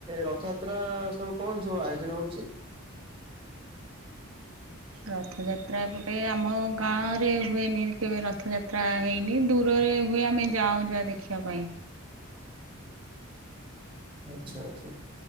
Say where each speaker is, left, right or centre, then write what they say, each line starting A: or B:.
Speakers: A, on the right; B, on the right.
A: ରଥଯାତ୍ରା ସବୁ କଣ ସବୁ କଣ ଆୟୋଜନ ହେଉଛି?
B: ରଥଯାତ୍ରା ଏପଟେ ଆମ ଗାଁରେ ହୁଏନି, କେବେ ରଥ୍ ରଥଯାତ୍ରା ହେଇନି, ଦୂରରେ ହୁଏ, ଆମେ ଯାଉଁ, ଯାହା ଦେଖିବା ପାଇଁ।
A: ଆଚ୍ଛା ଆଚ୍ଛା।